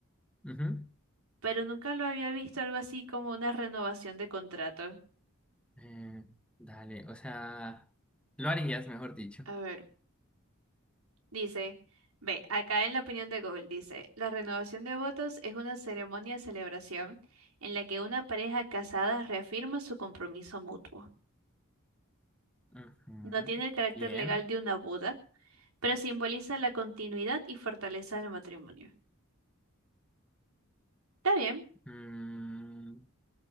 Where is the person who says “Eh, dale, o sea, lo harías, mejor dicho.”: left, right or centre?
Centre